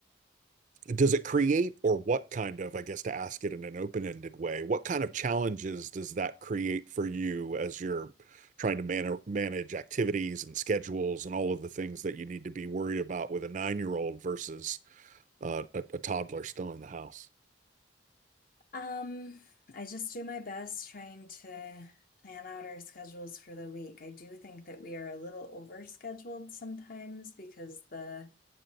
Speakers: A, on the right (about 40°); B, on the left (about 50°).
A: Does it create, or what kind of, I guess to ask it in an open-ended way, what kind of challenges does that create for you as you're trying to man manage activities and schedules and all of the things that you need to be worried about with a nine-year-old versus uh, a, a toddler still in the house?
B: Um, I just do my best trying to plan out our schedules for the week. I do think that we are a little overscheduled sometimes because the